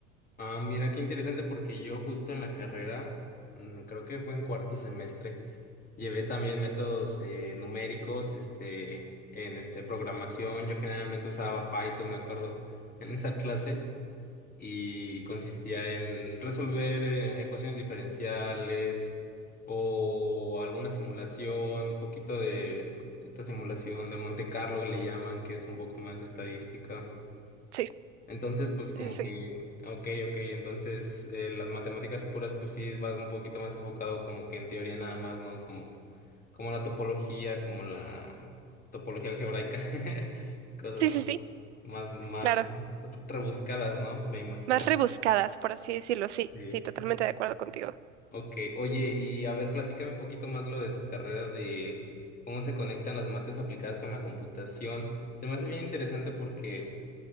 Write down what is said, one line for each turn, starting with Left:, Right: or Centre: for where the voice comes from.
Left: Ah, mira qué interesante porque yo justo en la carrera, mm, creo que fue en cuarto semestre, llevé también métodos eh, numéricos, este, en este programación. Yo generalmente usaba Python, me acuerdo, <laughs> en esa clase y consistía en resolver eh, ecuaciones diferenciales o alguna simulación, un poquito de esta simulación de Monte Carlo que le llaman, que es un poco más estadística.
Right: Sí,
Left: Entonces, pues como
Right: sí, sí.
Left: que, ok, ok, entonces eh, las matemáticas puras, pues sí, va un poquito más enfocado como que en teoría nada más, ¿no? Como, como la topología, como la topología algebraica, <laughs> cosas
Right: Sí,
Left: más,
Right: sí, sí, sí,
Left: más, más
Right: claro.
Left: rebuscadas, ¿no? Me imagino.
Right: Más rebuscadas, por así decirlo. Sí,
Left: Sí.
Right: sí, totalmente de acuerdo contigo.
Left: Ok, oye, y a ver, platícame un poquito más lo de tu carrera de cómo se conectan las mates aplicadas con la computación. Se me hace bien interesante porque...